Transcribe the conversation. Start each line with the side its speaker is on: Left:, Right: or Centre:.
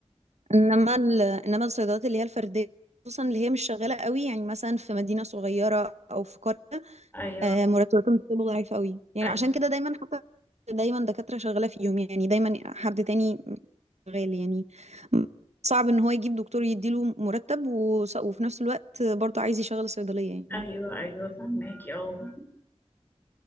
Right: إنما ال- إنما الصيدليات اللي هي الفردية خصوصا اللي هي مش شغالة قوي يعني مثلا في مدينة صغيرة أو في قرية
Left: ايوه
Right: آه، مرتباتهم بتبقى ضعيفة قوي يعني
Left: ايوه
Right: عشان كده دايما حتى دايما دكاترة شغالة فيهم يعني دايما حد تاني شغال يعني صعب ان هو يجيب دكتور يديله مرتب وص- وفي نفس الوقت برضه عايز يشغل الصيدلية يعني
Left: ايوه ايوه فهماكي اه